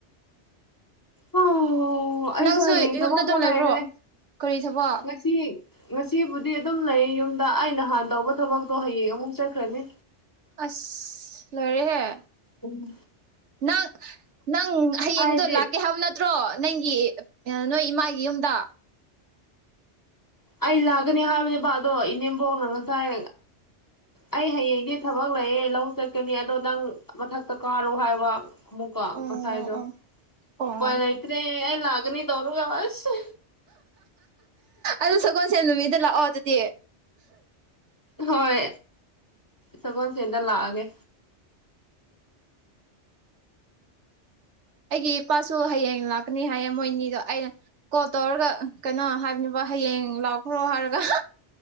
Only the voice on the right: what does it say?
ꯅꯪꯁꯨ
ꯌꯨꯝꯗ
ꯑꯗꯨꯝ
ꯂꯩꯕ꯭ꯔꯣ
ꯀꯔꯤ ꯊꯕꯛ
ꯑꯁ ꯂꯣꯏꯔꯦꯍꯦ
ꯅꯪ ꯅꯪ ꯍꯌꯦꯡꯗꯣ
ꯂꯥꯛꯀꯦ ꯍꯥꯏꯕ ꯅꯠ ꯇ꯭ꯔꯣ ꯅꯪꯒꯤ ꯅꯣꯏ ꯏꯃꯥꯒꯤ ꯌꯨꯝꯗ
ꯑꯣ
ꯑꯣ ꯑꯣ
ꯑꯗꯨ ꯁꯒꯣꯜꯁꯦꯜ ꯅꯨꯃꯤꯠꯇ ꯂꯥꯛꯑꯣ ꯑꯗꯨꯗꯤ
ꯑꯩꯒꯤ ꯏꯄꯥꯁꯨ ꯍꯌꯦꯡ ꯂꯥꯛꯀꯅꯤ ꯍꯥꯏꯌꯦ ꯃꯣꯏꯅꯤꯗꯣ ꯑꯩꯅ ꯀꯣꯜ ꯇꯧꯔꯒ ꯀꯩꯅꯣ ꯍꯥꯏꯕꯅꯤꯕ ꯍꯌꯦꯡ ꯂꯥꯛꯈ꯭ꯔꯣ ꯍꯥꯏꯔꯒ